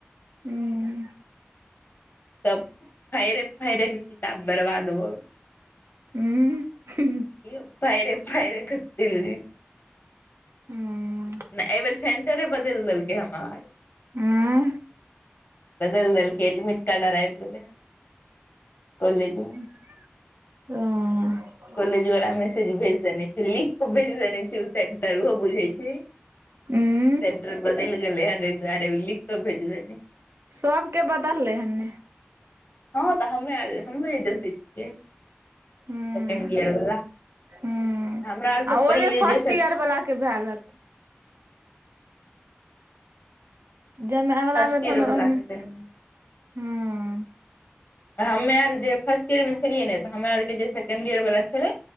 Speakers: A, on the right; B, on the left.
A: हूँ
B: सब फैरे फैरे के किताब बर्बाद भऽ गेल
A: ऊ हूँ हूँ
B: यौ फैरे फैरे क दिल्ली नहि
A: ह
B: एहि बेर सेंटरे बदलि देलकै हमार
A: हूँ
B: बदलि देलकै एडमिट कार्ड आर आबि गेलय कॉलेज मे
A: हूँ-हूँ
B: कॉलेज वाला मेसेज भेज देने छलि भेज देने छै ओ सेंटर ओहो बुझै छै
A: हूँ
B: सेंटर बदलि गेलय हन ओहि द्वारे ओ लिखक भेज देने
A: सब के बदललै हन ने
B: हँ तऽ हमे आर हमे नै देखै छियै
A: हुं
B: सेकेंड इयर वाला
A: हुं
B: हमरा आर सँ
A: आ ओहिमे
B: पहिले
A: फर्स्ट
B: जे सब
A: ईयर वला के भेल हत जेना अगिला
B: फर्स्ट
A: बेर
B: ईयर
A: भेलऽ
B: वला
A: ओहि
B: के
A: मे हूँ
B: देने हमे आर जे फर्स्ट ईयर मे छलियै ने तऽ हमरा आर के जे सेकेंड ईयर वला छले